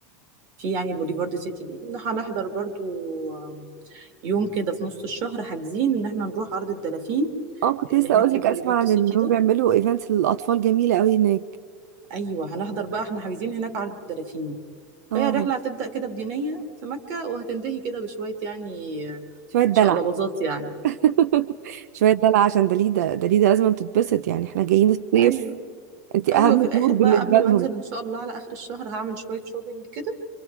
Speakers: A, on the right; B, on the right.
A: في يعني بوليفارد سيتي دي هنحضر برضو آم، يوم كده في نص الشهر حاجزين ان احنا نروح عرض الدلافين
B: اه كنت
A: اللي
B: لسه
A: هناك
B: اقول
A: في
B: لك
A: البوليفارد
B: اسمع عن
A: سيتي
B: انهم
A: ده
B: بيعملوا ايفنتس للاطفال جميله قوي هناك
A: ايوه هنحضر بقى احنا حاجزين هناك عرض الدلافين
B: اه
A: فهي الرحله هتبدا كده بدينيه في مكه وهتنتهي كده بشويه يعني آه،
B: شويه دلع
A: شقلباظات يعني
B: <laughs> شويه دلع عشان دليده دليده لازم تتبسط يعني احنا جايين الصيف
A: ايوه
B: انتي
A: ايوه
B: اهم
A: في الاخر
B: طيور بالنسبه
A: بقى قبل
B: لهم
A: ما انزل ان شاء الله على اخر الشهر هعمل شويه شوبينج كده